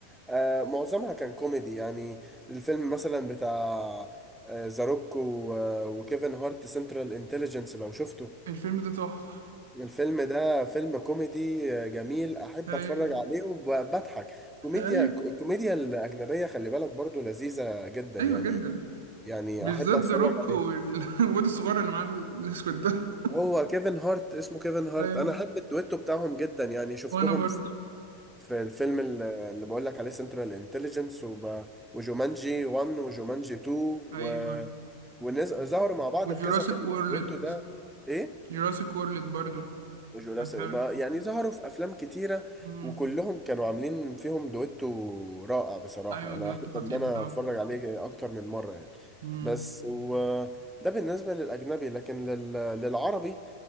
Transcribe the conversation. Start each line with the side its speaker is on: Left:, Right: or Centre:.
Centre: آه معظمها كان كوميدي يعني الفيلم مثلا بتاع آه، ذا روك وكيفن هارت سنترال انتليجنس لو شفته
Right: الفيلم ده تحفة
Centre: الفيلم ده فيلم كوميدي آه، جميل احب
Right: ايوه
Centre: اتفرج عليه وبضحك كوميديا
Right: ايوه
Centre: الكوميديا الاجنبيه خلي بالك برضو لذيذه جدا
Right: ايوه
Centre: يعني
Right: جدا
Centre: يعني
Right: بالذات
Centre: احب اتفرج
Right: ذا روك والواد
Centre: عليه
Right: <laughs> الصغير اللي معاه الاسود ده
Centre: هو كيفن هارت اسمه كيفن هارت
Right: ايوه
Centre: انا احب الدويتو بتاعهم جدا يعني شفتهم
Right: وانا برضو
Centre: في في الفيلم ال- اللي بقول لك عليه سنترال انتليجنس وجومانجي 1 وجومانجي 2 و...
Right: ايوه
Centre: ونز... ظهروا مع بعض
Right: وجوراسيك
Centre: في كذا فيلم
Right: وورلد
Centre: الدويتو ده ايه
Right: جوراسيك وورلد برضو
Centre: جوجو لاسا
Right: كان حلو
Centre: ما- يعني ظهروا في افلام كتيره
Right: مم.
Centre: وكلهم كانوا عاملين فيهم دويتو رائع بصراحه
Right: ايوه الدويتو
Centre: انا احب
Right: خطير
Centre: ان انا
Right: بتاعه
Centre: اتفرج عليه اكتر من مره يعني
Right: مم.
Centre: بس وده بالنسبه للاجنبي لكن لل... للعربي